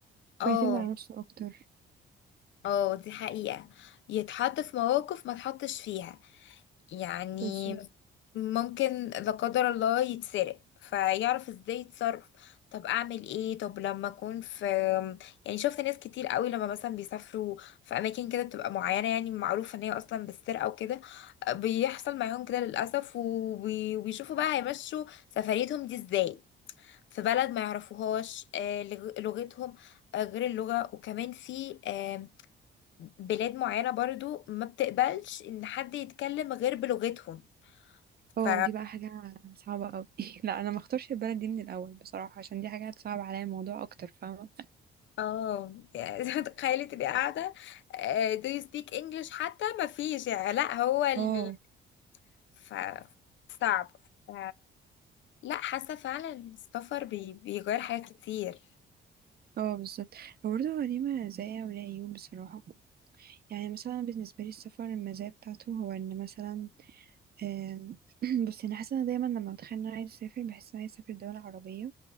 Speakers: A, on the left; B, on the right.
A: اه
B: بيعتمد على نفسه اكتر
A: اه دي حقيقة يتحط في مواقف ما تحطش فيها يعني
B: بالظبط
A: ممكن لا قدر الله يتسرق فيعرف ازاي يتصرف طب اعمل ايه طب لما اكون في يعني شفت ناس كتير قوي لما مثلا بيسافروا في اماكن كده بتبقى معينه يعني معروفه ان هي اصلا بالسرقه وكده بيحصل معاهم كده للاسف وبي- وبيشوفوا بقى هيمشوا سفريتهم دي ازاي في بلد ما يعرفوهاش آه، لغ- لغتهم آه، غير اللغه وكمان في آه، بلاد معينه برضو ما بتقبلش ان حد يتكلم غير بلغتهم
B: اه
A: ف
B: دي بقى حاجة صعبة قوي <laughs> لا انا ما اختارش البلد دي من الاول بصراحة عشان دي حاجة هتصعب عليا الموضوع اكتر فاهمة
A: اه يعني <laughs> تخيلي تبقي قاعدة آه، do you speak English حتى ما فيش يعني لا هو ال...
B: اه
A: ف... صعب ف... لا حاسة فعلا السفر بي... بيغير حاجات كتير
B: اه بالظبط هو برضه هو ليه مزايا وليه عيوب بصراحة يعني مثلا بالنسبة لي السفر المزايا بتاعته هو ان مثلا آم، <clears throat> بصي انا حاسة ان دايما لما بتخيل ان انا عايزة اسافر بحس ان انا عايزة اسافر دولة عربية